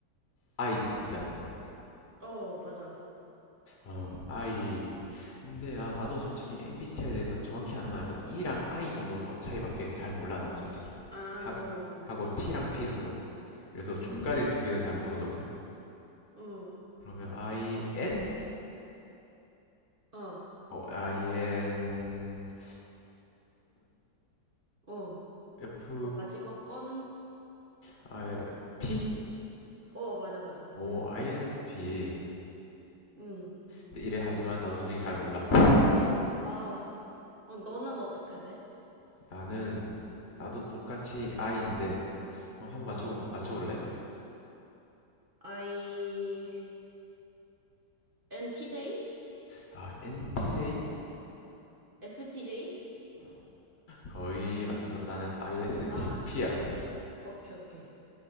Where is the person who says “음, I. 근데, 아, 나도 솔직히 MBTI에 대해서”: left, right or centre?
Left